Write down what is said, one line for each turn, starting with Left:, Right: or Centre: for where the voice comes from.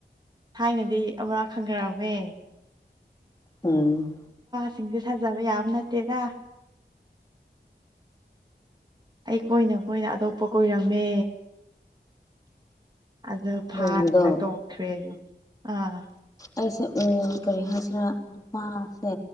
Right: ꯊꯥꯏꯅꯗꯤ ꯑꯃꯨꯔꯛ ꯈꯟꯈꯔꯑꯃꯦ
Left: ꯎꯝ
Right: ꯁꯤꯡꯁꯦ ꯁꯥꯖꯕ ꯌꯥꯕ ꯅꯠꯇꯦꯗ ꯑꯩ ꯀꯣꯏꯅ ꯀꯣꯏꯅ ꯑꯇꯣꯞꯄ ꯀꯣꯏꯔꯝꯃꯦ ꯑꯗꯨ
Left: ꯑꯗꯨꯒꯨꯝꯕꯗꯣ
Right: ꯐꯥꯔꯒ ꯇꯣꯛꯈ꯭ꯔꯦ ꯑꯥ
Left: ꯑꯩꯁꯦ ꯎ ꯀꯔꯤ ꯍꯥꯏꯁꯤꯔꯥ ꯅꯨꯄꯥꯁꯦ